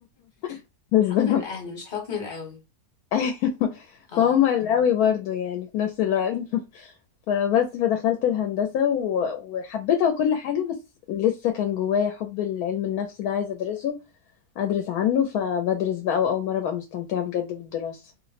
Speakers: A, on the left; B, on the left.
A: <laughs>
B: <laughs>
A: بالظبط
B: حكم الاهل مش حكم القوي
A: أيوة.
B: اه
A: فهم القوي برضو يعني في نفس الوقت <laughs> فبس فدخلت الهندسة و... وحبيتها وكل حاجة بس لسه كان جوايا حب العلم النفس ده عايزة ادرسه ادرس عنه فبدرس بقى واول مره ابقى مستمتعه بجد بالدراسه